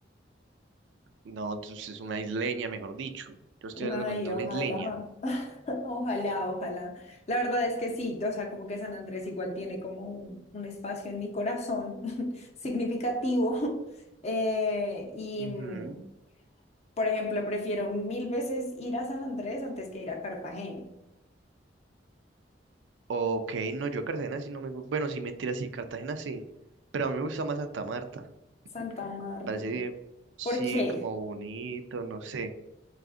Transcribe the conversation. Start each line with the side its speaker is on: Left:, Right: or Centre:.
Right: No, entonces es una isleña, mejor dicho. Yo estoy hablando
Left: Ay,
Right: con toda
Left: ojalá,
Right: una isleña.
Left: <laughs> ojalá, ojalá. La verdad es que sí, o sea, como que San Andrés igual tiene como un, un espacio en mi corazón <laughs> significativo. Eh, y,
Right: Ujú.
Left: mm, por ejemplo, prefiero mil veces ir a San Andrés antes que ir a Cartagena,
Right: Ok, no, yo a Cartagena sí no me gusta. Bueno, sí, mentira, sí, Cartagena sí. Pero a mí me gusta más Santa Marta.
Left: Santa Marta.
Right: Me parece, sí,
Left: ¿Por qué?
Right: como bonito, no sé.